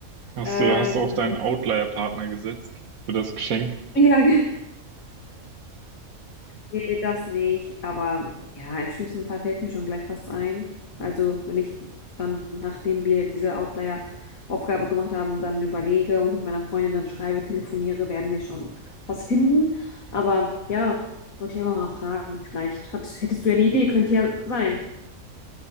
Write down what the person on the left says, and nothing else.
Ähm,
ja, <laughs> ge- nee, das nicht. Aber ja, im schlimmsten Fall fällt mir schon gleich was ein. Also wenn ich dann, nachdem wir diese Outlier-Aufgabe gemacht haben, dann überlege und mit meiner Freundin dann schreibe, telefoniere, werden wir schon was finden. Aber ja, wollte ich einfach mal fragen. Vielleicht hat, hättest du ja eine Idee, könnte ja sein.